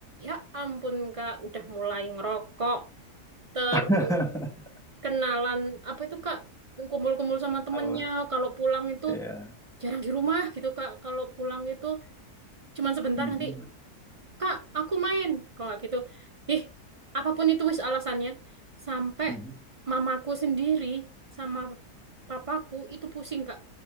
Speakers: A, on the right; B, in the centre.
A: ya ampun, Kak, udah mulai ngerokok, terus
B: <laughs>
A: kenalan apa itu, Kak? Kumpul-kumpul sama temennya.
B: Apa?
A: Kalau pulang itu
B: Ya.
A: jarang di rumah gitu, Kak. Kalau pulang itu cuman sebentar
B: Mhm,
A: nanti Kak, aku main. Kalau nggak gitu, ih, apapun itu wis alasannya. Sampai
B: mhm,
A: mamaku sendiri sama papaku itu pusing, Kak,